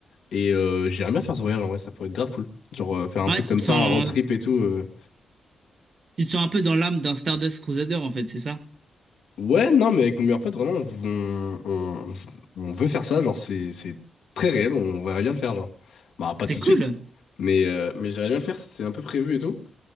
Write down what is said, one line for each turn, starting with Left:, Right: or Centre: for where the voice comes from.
Left: Et euh, j'aimerais bien faire ce voyage en vrai. Ça pourrait être grave cool. Genre euh, faire un
Right: ah.
Left: truc
Right: Ouais, tu
Left: comme
Right: te
Left: ça,
Right: sens,
Left: un road trip et tout. euh.
Right: tu te sens un peu dans l'âme d'un Stardust Crusader, en fait, c'est ça?
Left: Ouais, non, mais avec mon meilleur pote, vraiment, on, on, on veut faire ça, genre, c'est, c'est très réel, on verrait bien le faire, genre. Bah, pas tout
Right: C'est
Left: de
Right: cool.
Left: suite, mais, euh, mais j'aimerais bien le faire, c'est un peu prévu et tout.